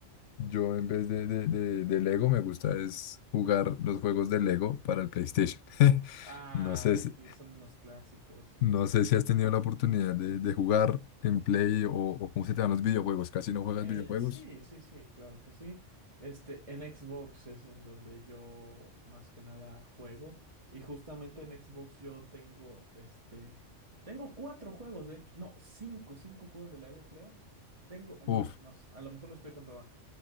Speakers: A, on the left; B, on the right.
A: Yo en vez de, de, de- de Lego me gusta es jugar los juegos de Lego para el PlayStation. <laughs>
B: Ay,
A: No sé, si-
B: sí, son unos clásicos.
A: no sé si has tenido la oportunidad de, de jugar en Play o, o cómo se te dan los videojuegos. Casi no juegas
B: Eh,
A: videojuegos.
B: sí, sí, sí, claro que sí. Este, en Xbox es en donde yo más que nada juego. Y justamente en Xbox yo tengo, este, tengo cuatro juegos, de hecho, no, cinco, cinco juegos de Lego, creo. Tengo, no,
A: Uf,
B: no, s- a lo mejor lo estoy contando. mal.